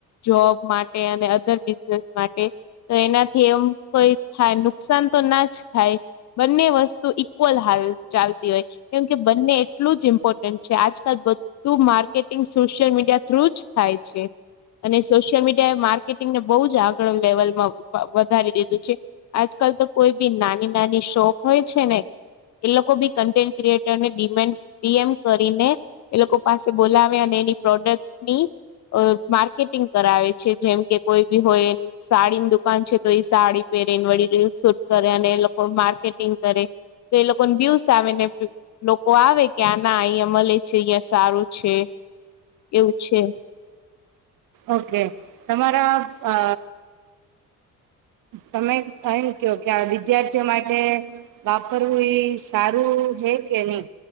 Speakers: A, on the left; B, on the right.
A: જોબ માટે અને અદર બિઝનેસ માટે તો એનાથી એમ કોઈ થાય નુકસાન તો ના જ થાય, બંને વસ્તુ ઈક્વલ થાઈ ચાલતી હોય કેમ કે બંને એટલું જ ઇમ્પોર્ટન્ટ છે, આજકાલ બધું માર્કેટિંગ સુ શિયલ મીડિયા થ્રુ જ થાય છે અને સોશિયલ મીડિયા એ માર્કેટિંગ ને બઉ જ આગળ લેવલ માં વધારી દીધું છે, આજકાલ તો કોઈ બી નાની નાની શોપ હોય છે ને એ લોકો બી કન્ટેન્ટ ક્રિએટર ને દીમેન્ડ ડીએમ કરીને એ લોકો પાસે બોલાવે અને એની પ્રોડક્ટની અ માર્કેટિંગ કરાવે છે, જેમ કે કોઈ બી હોય સાડી દુકાન છે, તો એઈ સાડી પહેરીને વળી રીલ શૂટ કરે અને એ લોકો માર્કેટિંગ કરે તો એ લોકોને બ્યુસ આવે ને લોકો આવે કે આ ના અહિયાં મલે છે અહિયાં સારું છે એવું છે
B: ઓકે તમારા અ તમે એમ કયો કે આ વિદ્યાર્થીઓ માટે વાપરવું ઈ સારું હે કે નઈ